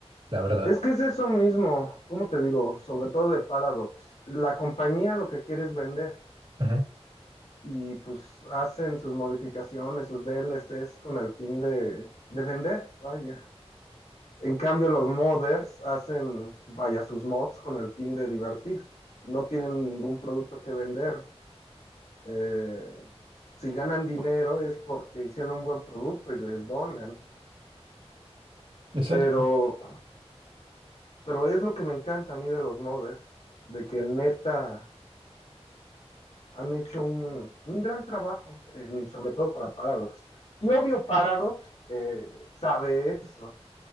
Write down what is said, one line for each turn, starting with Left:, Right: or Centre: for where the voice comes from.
Right: la verdad.
Left: Es que es eso mismo, ¿cómo te digo? Sobre todo de Paradox. La compañía lo que quiere es vender
Right: Ujú.
Left: y pues hacen sus modificaciones, sus DLCs con el fin de, de vender, vaya. En cambio, los modders hacen, vaya, sus mods con el fin de divertir. No tienen ningún producto que vender, Eh, si ganan dinero es porque hicieron un buen producto y les donan.
Right: Exacto.
Left: Pero, pero es lo que me encanta a mí de los modders, de que neta han hecho un, un gran trabajo, en- sobre todo para Paradox. Y obvio, Paradox eh, sabe eso,